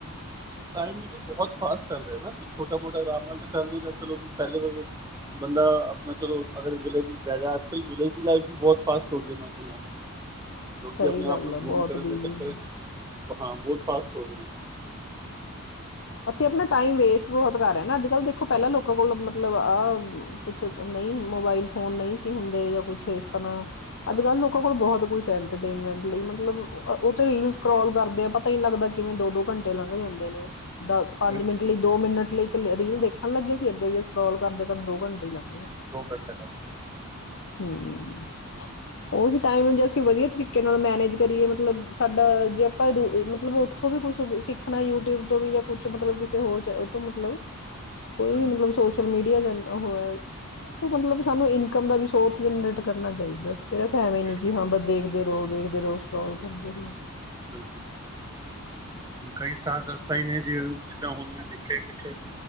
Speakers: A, on the right; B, on the left.
A: ਟਮ ਵੀ ਬਹੁਤ ਫਾਸਟ ਚੱਲ ਰਿਹਾ ਕੋ ਛੋਟਾ ਮੋਟਾ ਆਰਾਮ ਨਾਲ ਤਾਂ ਚੱਲ ਰ ਚਲੋ ਪਹਿਲੇ ਵ ਬੰਦਾ ਆਪਣਾ ਚਲੋ ਅਗਰ ਵਿਲੇਜ ਵਿੱਚ ਰਹਿ ਰਿ ਅੱਜ ਕੱਲ ਵਿਲੇਜ ਦੀ ਲਾਈਫ ਵੀ ਬਹੁਤ ਫਾਸਟ ਹੋ ਗਈ ਹੈ ਮੈਂ ਸੁਣਿਆ ਲੋਕੀ
B: ਸਹੀ
A: ਆਪਣੇ
B: ਗੱਲ
A: ਆਪ ਨੂੰ
B: ਆ ਬਹੁਤ
A: ਗਰੂਮ ਕਰਨ
B: ਬਿਜੀੀ
A: ਦੇ ਚੱਕਰ
B: ਹੁੰ
A: ਵਿੱਚ ਹਾਂ ਬਹੁਤ ਫਾਸਟ ਹੋ ਗਈ ਹੈ
B: ਅਸੀਂ ਆਪਣਾ ਟਾਈਮ ਵੇਸਟ ਬਹੁਤ ਕਰ ਰਹੇਾਂ ਨਾ ਅੱਜ ਕੱਲ੍ਹ ਦੇਖੋ ਪਹਿਲਾਂ ਲੋਕਾਂ ਕੋਲ ਮਤਲਬ ਆਹ ਕੁਛ ਨਹੀਂ ਮੋਬਾਈਲ ਫੋਨ ਨਹੀਂ ਸੀ ਹੁੰਦੇ ਜਾਂ ਕੁਛ ਇਸ ਤਰ੍ਹਾਂ ਅੱਜ
A: ਹਾਂ
B: ਕੱਲ੍ਹ ਲੋਕਾਂ ਕੋਲ ਬਹੁਤ ਕੁਛੇਨਮੈਂਟ ਲਈ ਮਤਲਬ ਉਹ ਰੀਲ ਕਰੋਲ ਕਰਦੇ ਆ ਪਤਾ ਨੀ ਲੱਗਦਾ ਕਿਵੇਂ ਦੋ ਦੋ ਘੰਟੇ ਲੰਘ ਜਾਂਦੇ ਨੇ ਦ ਪੰਜ
A: ਬਿਲਕੁਲ
B: ਮਿੰਟ ਲਈ ਦੋ ਮਿੰਟ ਲਈ ਰੀਲ ਦੇਖਣ ਲੱਗਿਆ ਸੀ ਅੱਗੇ ਅੱਗੇ ਸਕੋਲ ਕਰ ਦੋੰਟੇ ਹੀ ਲੱ
A: ਦੋ ਘੰਟੇ ਦਾ
B: ਹਮਮ ਉਹੀ ਟਾਈਮੇ ਅਸੀਂ ਵਧੀਆ ਤਰੀਕੇ ਨਾਲ ਮੈਨੇਜ ਕਰੀਏ ਮਤਲਬ ਸਾਡਾ ਜੇ ਆਪਾਂੂ ਮਤਲਬ ਉੱਥੋਂ ਵੀ ਕੁੱਛ ਸਿੱਖਣਾ ਯੂਟਿਊਬ ਤੋਂ ਵੀ ਜਾਂ ਕੁਛ ਮਤਲਬ ਕਿਸੇ ਹੋਰ ਜ ਤੋਂ ਮਤਲਬ ਕੋਈ
A: ਹਾਂਜੀ
B: ਵੀ ਮਤਲਬ ਸੋਸ਼ਲ ਮੀਡੀਆ ਵਧ ਉਹ ਹੈ ਉਹ ਮਤਲਬ ਸਾਨੂੰ ਇਨਕਮ ਦਾ ਵੀ ਸੋਰਸ ਜਨਰੇਟ ਕਰਨਾ ਚਾਹੀਦਾ ਸਿਰਫ
A: ਲੇਟ
B: ਐਵੇਂ ਨੀ ਕਿ
A: ਕੇ
B: ਹਾਂ
A: ਬਾਅਦ
B: ਬ ਦੇਖਦੇ ਰਹੋ ਦੇਖਦੇ ਰੋਜ਼ ਕਰੋਲ ਕਰਦੇ
A: ਬਿਲਕੁਲ-
B: ਰਹੋ
A: ਬਿਲਕੁਲ ਜ ਕਈ ਸਟਾਰ ਦਸਾਂ ਹੀ ਨੇ ਜ ਜਿੱਦਾਂ ਹੁਣ ਮੈਂ ਦੇਖਿਆ ਪਿੱਛੇ